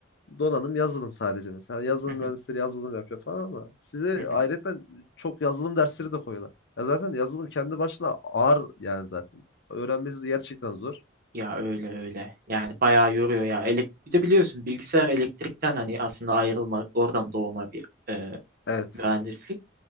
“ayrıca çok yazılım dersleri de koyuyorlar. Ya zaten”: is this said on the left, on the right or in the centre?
Left